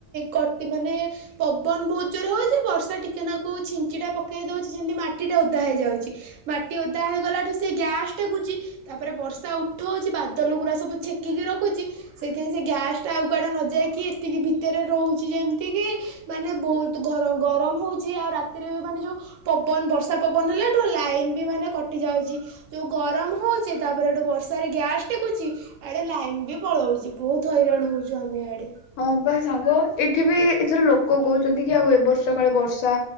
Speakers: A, on the right; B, on the left.
A: କଟି ମାନେ ପବନ ବହୁତ୍ ଜୋରେ ହଉଛି ବର୍ଷା ଟିକେନାକୁ ଛିଞ୍ଚିଡ଼ା ପକେଇ ଦଉଛି ଯେମିତି ମାଟି ଟା ଓଦା ହେଇଯାଉଛି ମାଟି ଓଦା ହେଇଗଲା ଠୁ ସେ ଗ୍ୟାସ ଟେକୁଛି ତାପରେ ବର୍ଷା ଉଠଉଛି ବାଦଲ ଗୁୁରା ସବୁ ଛେକିକି ରଖୁଛି। ସେଇଥିପାଇଁ ସେ ଗ୍ୟାସ୍ ଟା ଆଉ କୁଆଡ଼େ ନଯାଇକି ଏତିକି ଭିତରେ ରହୁଛି ଯେମିତିକି ମାନେ ବହୁତ ଗରମ ହେଉଛି ଆଉ ରାତିରେ ବି ମାନେ ଯେଉଁ ପବନ ବର୍ଷା ପବନ ହେଲାଠୁ ଲାଇନ୍ ବି ମାନେ କଟିଯାଉଛି ଯେଉଁ ଗରମ ହେଉଛି ତାପରେଠୁ ବର୍ଷାରେ ଗ୍ୟାସ୍ ଟେକୁଛି ଆଡ଼େ ଲାଇନ୍ ବି ପଳାଉଛି। ବହୁତ ହଇରାଣ ହଉଛୁ ଆମେ ଆଡେ।
B: ହଁ ବା ସାଙ୍ଗ ଏ ଏଠିବି ଏଥର ଲୋକ କହୁଛନ୍ତି କି ଆଉ ଏ ବର୍ଷ କାଳେ ବର୍ଷା